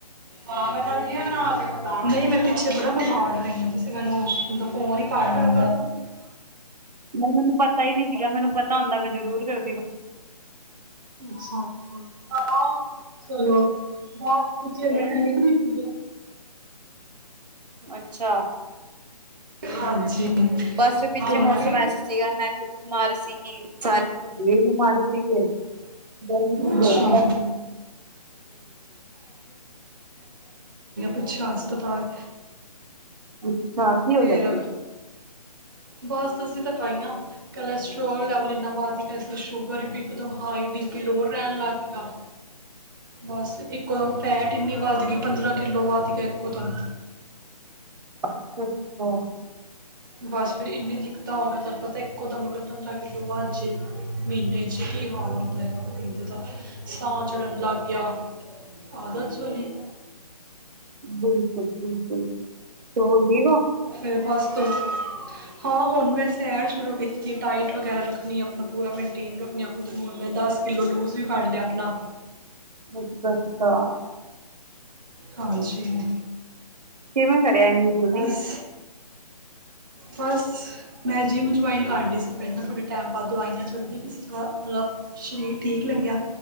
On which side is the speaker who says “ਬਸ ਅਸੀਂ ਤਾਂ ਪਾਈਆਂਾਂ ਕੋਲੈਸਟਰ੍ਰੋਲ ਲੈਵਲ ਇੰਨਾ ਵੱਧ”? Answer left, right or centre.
Right